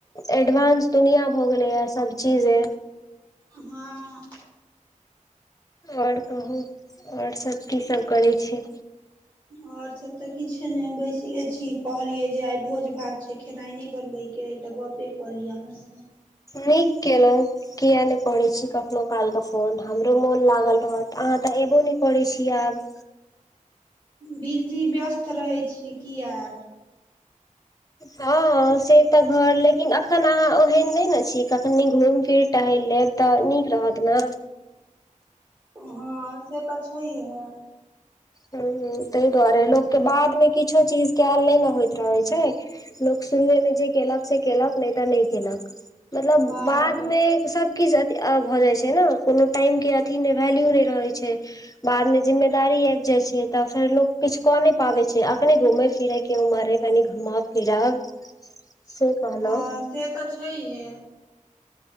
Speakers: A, on the left; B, on the right.
A: एडवांस दुनिया भऽ गेले या सब चीजे
B: हँ
A: और कहू और सभ की सभ करै छीय
B: और सब तऽ किछ नै बैसले छी कहलिये जे आइ भोज भात छै खेनाइ नै बनबे केँ य तऽ गप कऽ लिय अहाँ स
A: नीक केलौ किया नै करै छी कखनो काल केँ फोन हमरो मोन लागल रहत अहाँ तऽ एबो नै करै छीय आब
B: बिजी व्यस्त रहै छीय की आब
A: हँ से तऽ घर लेकिन अखन अहाँ ओहन नै न छी कखनी घुमि फिर टहल लेब तऽ नीक रहत न
B: हँ से तऽ छैहे
A: हु तैय दुआरे लोक केँ बाद में चीज कयल नै न होइत रहैत छै लोक शुरुएमे जे केलक से केलक नै तऽ नै केलक मतलब
B: हँ
A: बाद में सब कीछ से आ भऽ जाइ छै ने कोनो टाइम के अथी मे वैल्यू नै रहय छै बाद में जिम्मेदारी आ जाइ छै तऽ फेर लोग किछ कऽ नै पाबे छै अखनी घूमेए फिरे केँ उमर कनि घूमब फिरब
B: <unintelligible>
A: से कहलौ
B: हँ से तऽ छैहे